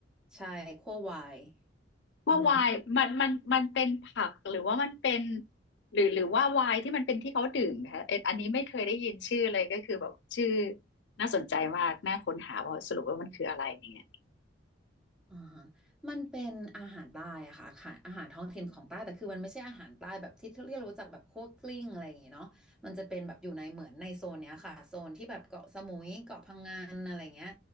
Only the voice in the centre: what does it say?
ใช่คั่ววาย
อือหือ
อ่าฮะมันเป็นอาหารใต้อะค่ะอาหารอาหารท้องถิ่นของใต้แต่คือมันไม่ใช่อาหารใต้แบบที่ที่เรารู้จักแบบคั่วกลิ้งอะไรอย่างเงี้ยเนาะมันจะเป็นแบบอยู่ในเหมือนในโซนเนี้ยค่ะโซนที่แบบเกาะสมุยเกาะพังงานอะไรเงี้ย